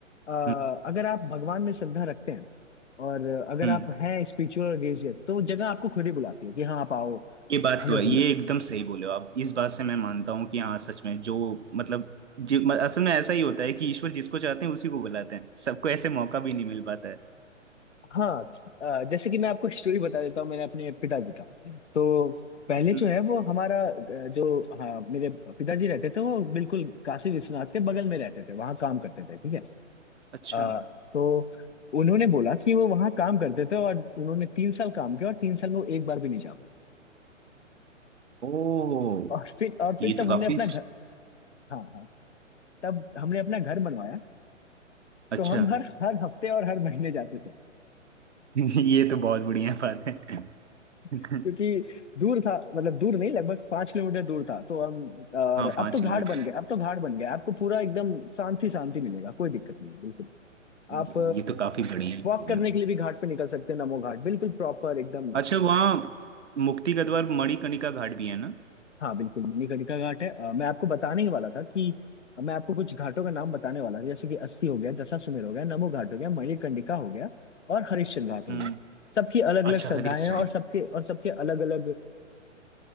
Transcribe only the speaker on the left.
अ,
अगर आप भगवान में श्रद्धा रखते हैं और अगर
आप हैं स्पिरिचुअल रिलीजियस तो वो जगह आपको खुद ही बुलाती है कि हाँ आप आओ
हमें
घूमें
हाँ अ, जैसे कि मैं आपको स्टोरी बता देता हूँ मैंने अपने पिताजी का तो पहले
जो है वो हमारा अ, जो हाँ मेरे पिताजी रहते थे वो बिल्कुल काशी विश्वनाथ के बगल में रहते थे वहाँ काम करते थे ठीक है
आ, तो उन्होंने बोला कि वो वहां काम करते थे और उन्होंने तीन साल काम किया और तीन साल में वो एक बार भी नहीं जा पाए
और फिर और फिर
तब
हमने
अपना घर हाँ हाँ तब हमने अपना घर बनवाया तो
हम हर हर हफ्ते और हर महीने जाते थे
क्योंकि दूर था मतलब दूर नहीं लगभग पाँच किलोमीटर दूर था तो हम और
अब
तो
घाट बन गए अब तो घाट बन गया आपको पूरा एकदम शांति शांति मिलेगा कोई दिक्कत नहीं है, बिल्कुल आप
वॉक करने
के लिए भी घाट पे निकल सकते हैं नमो घाट बिल्कुल प्रॉपर एकदम
हाँ बिल्कुल मणिकर्णिका घाट है अ, मैं आपको बताने ही वाला था कि मैं आपको कुछ घाटों का नाम बताने वाला था जैसे कि अस्सी हो गया दशाश्वमेध हो गया नमो घाट हो गया मणिकर्णिका हो गया और हरिश्चंद्र घाट हो
गया सबकी अलग अलग
श्रद्धाएं
हैं और सबके और सबके अलग अलग